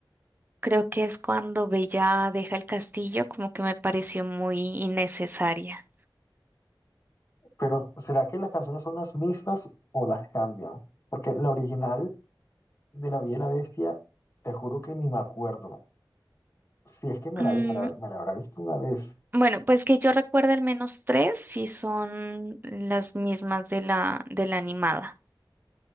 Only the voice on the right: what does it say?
creo que es cuando Bella deja el castillo, como que me pareció muy innecesaria.
Mm,
bueno, pues que yo recuerdo al menos tres, si son las mismas de la, de la animada.